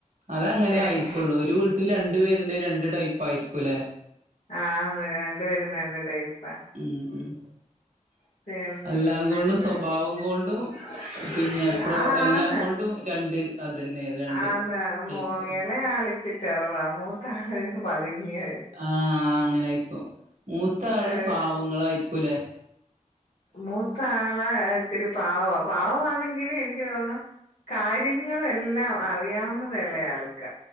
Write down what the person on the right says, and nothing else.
അതങ്ങനെ
ആയിരിക്കുള്ളൂ ഒരു വീ ട്ടിൽ രണ്ടു പേരുണ്ടെ രണ്ട് ടൈപ്പായിരിക്കും ലെ.
ഉം ഉം.
എല്ലാം കൊണ്ടും സ്വഭാവം
കൊണ്ടും പിന്നെ
പ്രവ എല്ലാം കൊണ്ടും രണ്ട് അതന്നെ രണ്ട്
ടൈപ്പ്
ആഹ് ആഹ് അങ്ങനയിരിക്കും മൂത്ത ആള്
പാവങ്ങളായിരിക്കും ലേ.